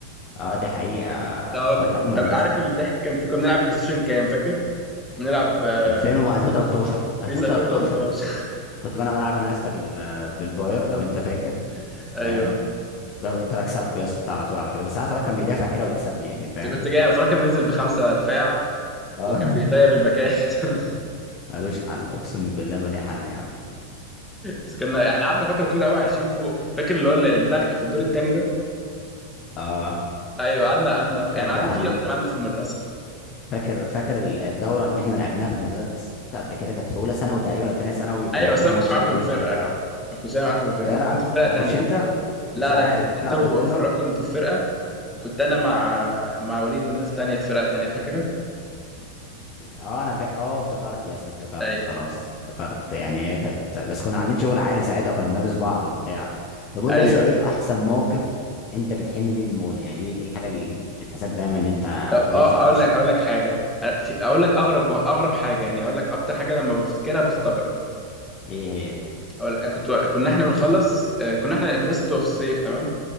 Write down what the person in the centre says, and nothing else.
ده اقول
لك
طب
عارف اللي ضحك كان في كنا بنلعب بلاي ستيشن كام فاكر بنلعب آه،
بيس 2013
<laughs> ايوه
انت كنت جاي فراج كان بينزل بخمسه دفاع
وكان بيطير
الباكات <laughs>
بس كنا احنا قعدنا فتره طويله قوي عايشين فوق فاكر اللي هو البتاع اللي كان في الدور الثاني ده
ايوه قعدنا قعدنا يعني
قعدنا
فيه اكتر قعدنا في المدرسه
ايوه
بس انا ما
كنتش معاكم
في الفرقه
ما كنتش أنا معاكم في الفرقه
انت
كنت في فرقه
لا
لا انت انت
وفراج
كنتوا في فرقه وكنت انا مع مع وليد والناس تانية في فرقه تانية فاكره
ايوه
ايوه
ايوه
طب اه
اقول لك اقول لك حاجه أ- في اقول لك اغرب اغرب حاجه يعني اقول لك اكتر حاجه لما بفتكرها بستغرب
اقول لك كنت كنا احنا بنخلص آه، كنا احنا المدرسه بتبقى في الصيف تمام